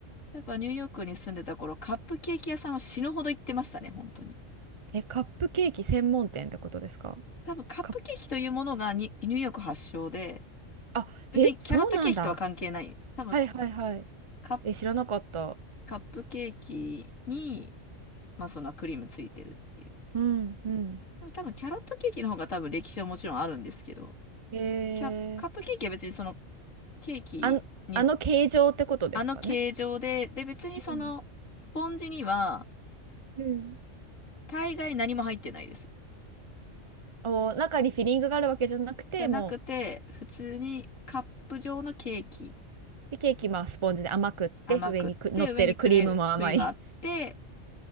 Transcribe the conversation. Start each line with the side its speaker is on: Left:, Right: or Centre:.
Left: やっぱニューヨークに住んでた頃、カップケーキ屋さんは死ぬほど行ってましたね、本当に。
Right: え、カップケーキ専門店ってことですか
Left: 多分カップケーキというものがにニューヨーク発祥で、
Right: カップ、あ、
Left: 別にキャロットケーキとは関係ない。
Right: え、そうなんだ。
Left: 多分
Right: はいはいはい。
Left: カッ
Right: え、知らなかった。
Left: カップケーキに、まあそのクリームついてるっていう。
Right: うんうん。
Left: でも多分キャロットケーキの方が多分歴史はもちろんあるんですけど、
Right: へえ。
Left: キャ、カップケーキは別にそのケーキに、
Right: あの、あの形状ってことですかね。
Left: あの形状で、で別にそのスポンジには
Right: うんうん
Left: 大概何も入ってないです。
Right: お、中にフィリングがあるわけじゃなくて、
Left: じゃなくて、
Right: もう、
Left: 普通にカップ状のケーキ
Right: で、ケーキ、まあ、スポンジで甘くって、
Left: 甘くって、
Right: 上にく、乗ってるクリームも甘い。
Left: 上にクレ、クリームあって、